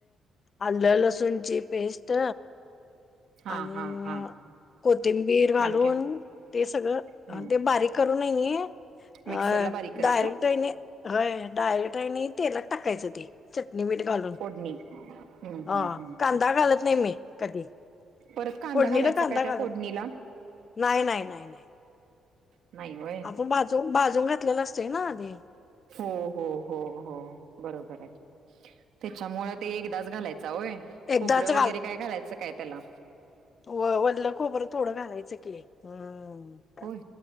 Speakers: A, on the left; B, on the right.
A: आलं, लसूणची पेस्ट
B: हा
A: आणि
B: हा हा
A: कोथिंबीर घालून,
B: आणि काय
A: ते सगळं
B: हम्म
A: ते बारीक करून आहे. कणी अं..
B: मिक्सरला बारीक करायचं
A: डायरेक्ट हाय नी होय. डायरेक्ट आहे कनी तेलात टाकायचं ते, चटणी मीठ घालून.
B: फोडणी हम्म
A: हं,
B: हम्म हम्म
A: कांदा घालत नाही मी, कधी.
B: परत कांदा
A: फोडणीला
B: घालायचा
A: कांदा
B: काय त्या
A: घालत
B: फोडणीला?
A: नाही नाही नाही नाही
B: नाही व्हय
A: आपण भाजून भाजून घातलेलं असतंय ना आधी
B: हो हो हो हो बरोबर आहे. त्याच्यामुळे ते एकदाच घालायच होय खोबरं
A: एकदाच
B: वगैरे काय घालायचं. काय तेला
A: व वल्ल खोबरं थोडं घालायचं की, हम..
B: होय,